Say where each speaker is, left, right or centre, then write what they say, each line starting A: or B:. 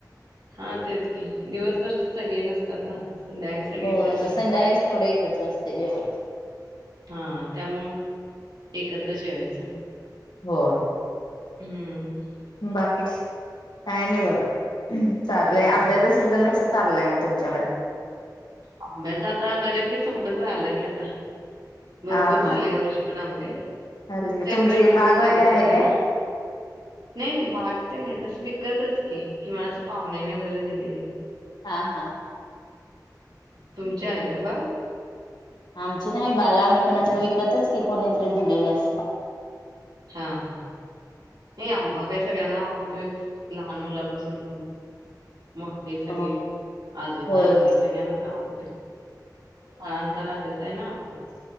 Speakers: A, on the right; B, on the left.
A: हा तेच की दिवसभर सगळे नसतात ना, संध्याकाळी सगळे
B: होय
A: एकत्र
B: मग
A: असतात.
B: संध्याच तेवढं एकत्र असते जेवण
A: हा त्यामुळं एकत्र जेवायचं.
B: होय.
A: हम्म.
B: बाकीच काय नाही बोला. चालेलय
A: हां,
B: आंब्याचा
A: हां.
B: सीझन कसा चाललय म तुमच्याकडं.
A: आंब्यााता बरे आला की आता भरपूर
B: हा हा
A: खाले या वर्षी पण आंबे त
B: चालतंय की तुमची
A: एप्रिल पासून
B: बाग वगैरे
A: चालत
B: आहे
A: होते
B: काय?
A: ना नाही नाही बाग ते नाही तस विकतच की किंवा असं पाहुण्याने वगैरे दिलेले
B: हा हा
A: तुमचे आहे का बाल
B: आ नाही बाग आम्ही पण असं विकतच की कोणीतरी दिलेलं अस
A: हा हा नाही अंबा कस कना औरत लहान मुला बसल मोठे सगळे
B: हो
A: आजोबाजी
B: होय
A: सगळ्यांनाच आवडते फळांचा राजाच आहे ना बाय